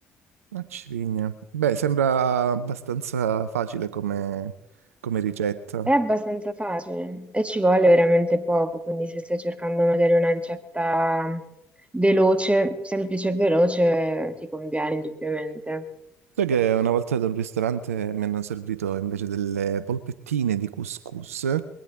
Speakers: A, on the right; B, on the right.
A: Una civigna. Beh, sembra abbastanza facile come, come ricetta.
B: È abbastanza facile e ci vuole veramente poco, quindi se stai cercando magari una ricetta veloce, semplice e veloce, ti conviene indubbiamente.
A: Sai che una volta ad un ristorante mi hanno servito invece delle polpettine di couscous,